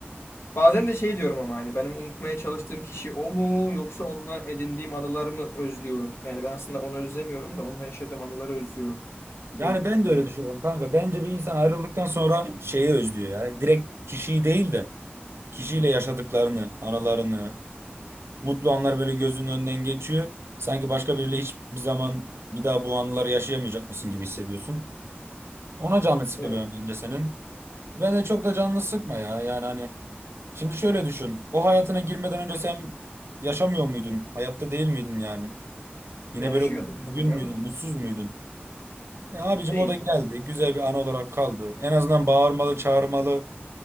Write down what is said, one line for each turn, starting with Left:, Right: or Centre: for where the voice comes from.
Left: Bazen de şey diyorum ama hani benim unutmaya çalıştığım kişi o mu yoksa onunla edindiğim anılar mı özlüyorum? Yani ben aslında onu özlemiyorum da onunla yaşadığım anıları özlüyorum
Right: Yani
Left: diye de
Right: ben
Left: düşünüyorum.
Right: de öyle düşünüyorum kanka. Bence bir insan ayrıldıktan sonra şeyi özlüyor ya. Direkt kişiyi değil de kişiyle yaşadıklarını, anılarını, mutlu anlar böyle gözünün önünden geçiyor. Sanki başka biriyle hiçbir zaman bir daha bu anıları yaşayamayacak mısın gibi hissediyorsun. Ona canı sıkılıyor
Left: Değil mi?
Right: bence senin. Ben de çok da canını sıkma ya. Yani hani Şimdi şöyle düşün. O hayatına girmeden önce sen yaşamıyor muydun? Hayatta değil miydin yani? Yine
Left: Yaşıyordum
Right: böyle
Left: tabii
Right: üzgün
Left: canım.
Right: müydün, mutsuz muydun? E abicim
Left: Değildim.
Right: o da geldi. Güzel bir an olarak kaldı. En azından bağırmalı, çağırmalı,